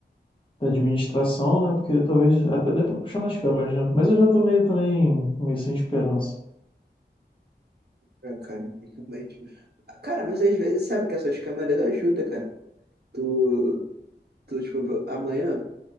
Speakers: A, on the left; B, on the right.
A: da administração, né? Porque talvez até dê pra puxar nas câmeras, né? Mas eu já tô meio também meio sem esperança.
B: Ah, cara, realmente. Ah, Cara, mas às vezes sabe que essas câmeras ajudam, cara. Tu, tu tipo, amanhã